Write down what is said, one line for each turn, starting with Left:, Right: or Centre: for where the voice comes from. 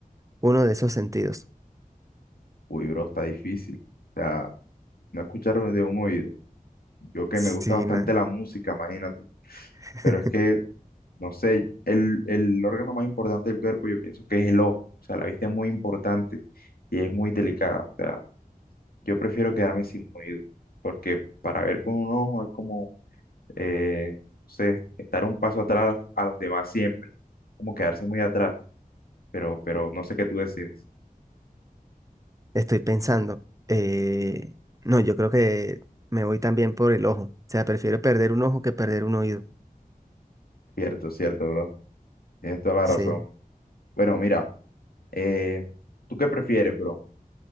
Right: uno de esos sentidos.
Left: uy, bro, está difícil. O sea, no escuchar de un oído. Yo que
Right: Sí,
Left: me gusta bastante
Right: no,
Left: la música, imagínate,
Right: <laughs>
Left: pero es que, no sé, el, el órgano más importante del cuerpo yo pienso que es el ojo, o sea, la vista es muy importante y es muy delicada, o sea, yo prefiero quedarme sin oído, porque para ver con un ojo es como, eh, no sé, estar un paso atrás a los demás siempre, como quedarse muy atrás, pero, pero no sé qué tú decides.
Right: estoy pensando. eh, no, yo creo que me voy también por el ojo. O sea, prefiero perder un ojo que perder un oído.
Left: Cierto, cierto, bro, tienes toda la
Right: Sí.
Left: razón. Bueno, mira, eh, ¿tú qué prefieres, bro?